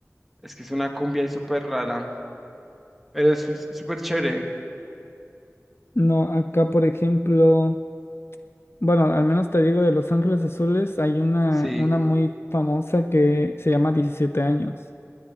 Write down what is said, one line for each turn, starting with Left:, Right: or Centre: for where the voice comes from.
Centre: Es que es una cumbia y súper rara. Pero es su- súper chévere.
Left: No, acá por ejemplo, bueno, al menos te digo de Los Ángeles Azules, hay una,
Centre: Sí,
Left: una muy famosa que se llama 17 años.